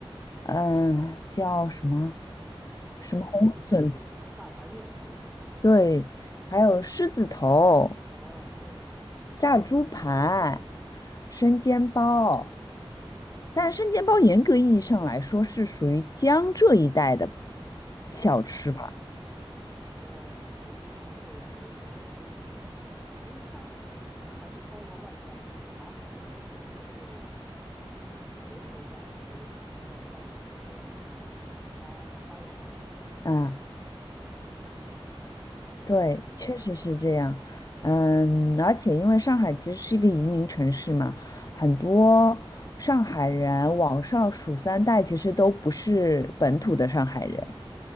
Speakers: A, on the left; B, in the centre.
A: 嗯，叫什么
B: 还有经常做的那个大排面。
A: 什么红笋子对，还有狮子头、
B: 哦，对，
A: 炸猪排、生煎包。
B: 嗯。
A: 但生煎包严格意义上来说是属于江浙一带的小吃吧？
B: 那可能后来有人，因为上海它还是包罗万象的，把好的东西都会呃留存下来，在上海更好的去发发扬的。
A: 啊、
B: 嗯
A: 对，
B: 嗯，
A: 确实是这样。嗯，而且因为上海其实是一个移民城市嘛，很多上海人往上数三代，其实都不是本土的上海人。